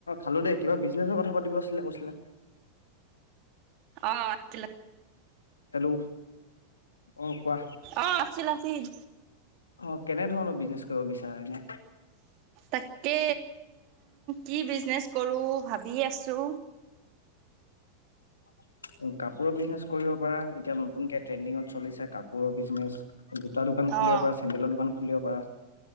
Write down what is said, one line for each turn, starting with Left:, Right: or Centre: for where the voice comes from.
Left: খালো দেই কিবা বিজনেছৰ কথা পাতিব আছিলে কৈছিলা
Right: অ আছিলা
Left: হেল্ল' অ কোৱা
Right: অ আছিল আছিল
Left: অ কেনেধৰণৰ বিজনেচ কৰিব বিচাৰে এনে
Right: তাকে কি বিজনেচ কৰো ভাবি আছো
Left: <inaudible> কাপোৰৰ বিজনেচ কৰিব পাৰা এতিয়া নতুনকে ট্ৰেণ্ডিঙত চলিছে কাপোৰৰ বিজনেচ জোতা দোকান খুলিব
Right: অ
Left: পাৰা চেণ্ডেলৰ দোকান খুলিব পাৰা